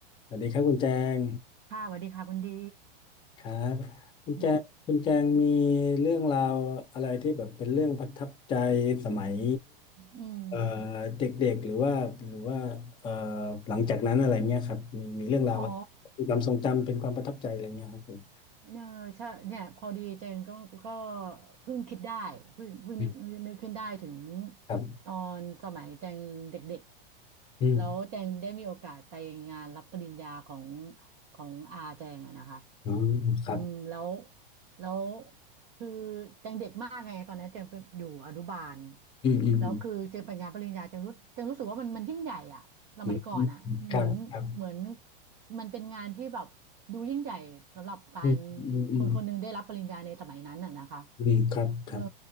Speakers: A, on the left; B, on the right.
A: สวัสดีครับคุณแจง
B: ค่ะสวัสดีค่ะคุณดี
A: ครับคุณแจงคุณแจงมี
B: เนี่ย
A: เรื่องราวอะไรที่แบบเป็นเรื่องประทับใจสมัย
B: อืม
A: เอ่อเด็กๆหรือว่าหรือว่าเอ่อหลังจากนั้นอะไรเงี้ยครับมีมีเรื่องราว
B: อ๋อ
A: เป็นความทรงจำเป็นความประทับใจอะไรเงี้ยครับผม
B: เนี่ยใช่เนี่ยพอดีเจงก็ก็เพิ่งคิดได้เพิ่งเพิ่งนึกนึกนึกขึ้นได้ถึง
A: อืมครับ
B: ตอนสมัยแจงเด็กๆแล้วแจงได้มีโอกาสไปงานรับปริญญาของ
A: อืม
B: ของอาแจงอะนะคะ
A: อ๋อครับ
B: อืมแล้ว แล้วคือแจงเด็กมากไงตอนนั้นแจงเป็นอยู่อนุบาล
A: อืมอืม
B: แล้วคือแจงไปงานปริญญาแจงรู้แจงรู้สึกว่ามันมันยิ่งใหญ่อะสมัยก่อนอะเหมือนเหมือน
A: อืมอืมอืมครับครับ
B: มันเป็นงานที่แบบดูยิ่งใหญ่สำหรับการ
A: อืมอืมอืม
B: คนคนหนึงได้รับปริญญาในสมัยนั้นน่ะนะคะ
A: อืมครับครับ
B: เออ